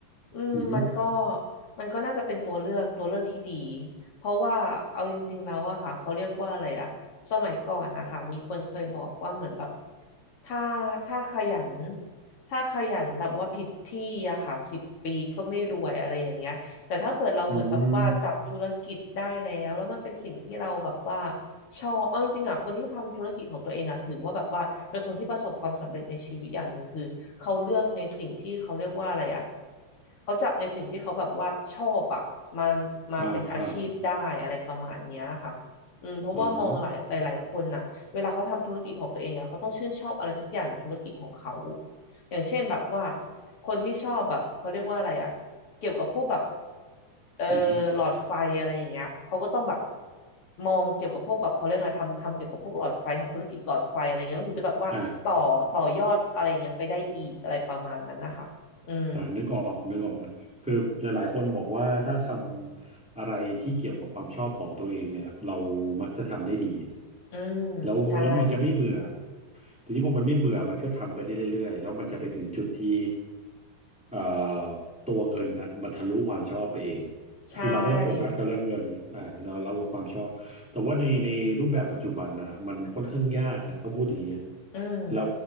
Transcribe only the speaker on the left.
อืมมันก็
มันก็น่าจะเป็นตัวเลือกตัวเลือกที่ดีเพราะว่าเอาจริงๆแล้วอะค่ะเขาเรียกว่าอะไรอะสมัยก่อนนะคะมีคนเคยบอกว่าเหมือนแบบถ้าถ้าขยันถ้าขยันแบบว่าผิดที่อะค่ะสิบปีก็ไม่รวยอะไรอย่างเงี้ย แต่ถ้าเปิดเราเหมือนแบบว่าจับธุรกิจได้แล้วแล้วมันเป็นสิ่งที่เราแบบว่า
ชอบเอาจริงๆอ่ะคนที่ทำธุรกิจของตัวเองอ่ะถือว่าแบบว่าเป็นคนที่ประสบความสำเร็จในชีวิตอย่างหนึ่งคือเขาเลือกในสิ่งที่เขาเรียกว่าอะไรอ่ะเขาจับในสิ่งที่เขาแบบว่าชอบอ่ะมามาเป็นอาชีพได้อะไรประมาณเนี้ยค่ะ
อืมเพราะว่ามองหลายหลายๆคนน่ะเวลาเขาทำธุรกิจของตัวเองอ่ะเขาต้องชื่นชอบอะไรสักอย่างในธุรกิจของเขา
อย่างเช่นแบบว่าคนที่ชอบแบบเขาเรียกว่าอะไรอ่ะ เกี่ยวกับพวกแบบเอ่อหลอดไฟอะไรอย่างเงี้ยเขาก็ต้องแบบ
มองเกี่ยวกับพวกแบบเขาเรียกอะไรทำทำเกี่ยวกับพวกหลอดไฟทำธุรกิจหลอดไฟอะไรเงี้ยมันถึงจะแบบว่าต่อต่อยอดอะไรอ่เงี้ยไปได้อีกอะไรประมาณนั้นนะคะอืม
อืมใช่
ใช่
อืม